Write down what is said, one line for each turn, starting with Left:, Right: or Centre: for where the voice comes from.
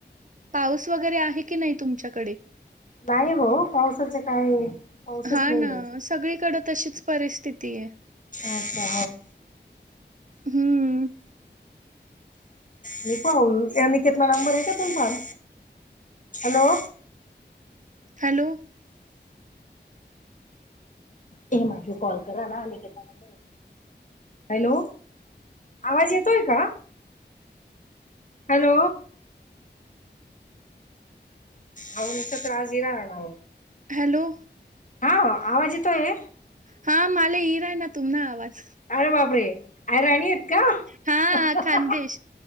Right: पाऊस वगैरे आहे की नाही तुमच्याकडे
Left: नाही हो पावसाच काय पावसच
Right: हा
Left: नाही
Right: ना
Left: आहे.
Right: सगळीकडे तशीच परिस्थिती आहे.
Left: अचछा
Right: हम्म.
Left: हो पाऊल यांनी केतला नंबर आहे का तुमचाल हॅलो
Right: हॅलो
Left: ते माझू कॉल करा ना आणिक नंबर हॅलो आवाज येतोय का? हॅलो अन असच्रास गराणार ना
Right: हॅलो.
Left: हा आवाज येतोय?
Right: हा माले येई राहीला ना तुम ना आवाज.
Left: अरे बापरे आय राणी आहेत का?
Right: हा खानदेश